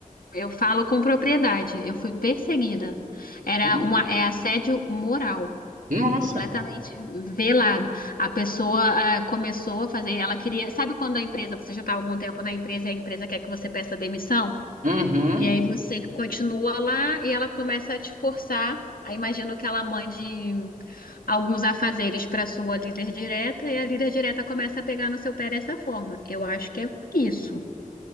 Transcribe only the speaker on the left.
Eu falo com propriedade. Eu fui perseguida. Era
um a- é assédio moral,
completamente velado. A pessoa ah, começou a fazer, ela queria, sabe quando a empresa, você já está há algum tempo na empresa e a empresa quer que você peça demissão?
E aí você continua lá e ela começa a te forçar. Aí imagino que ela mande alguns afazeres para sua líder direta e a líder direta começa a pegar no seu pé dessa forma. Eu acho que é isso.